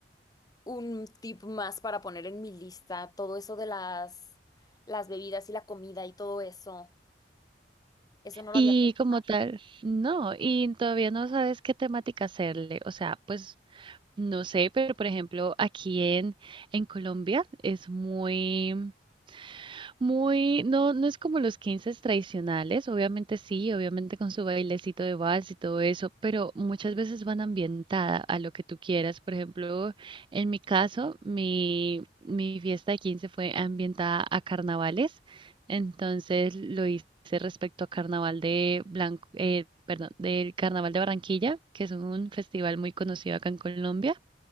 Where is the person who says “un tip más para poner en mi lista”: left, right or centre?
Left